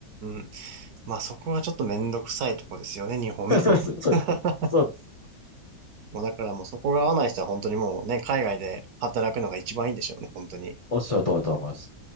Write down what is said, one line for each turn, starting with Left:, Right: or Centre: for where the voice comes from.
Right: ん。まあそこはちょっとめんどくさいとこですよね、日本の。
Left: す。<laughs> そうです、そうです。
Right: <laughs>
Left: そうです。
Right: もうだからもうそこが合わない人は本当にもうね、海外で働くのが一番いいんでしょうね、本当に。
Left: おっしゃる通りだと思います。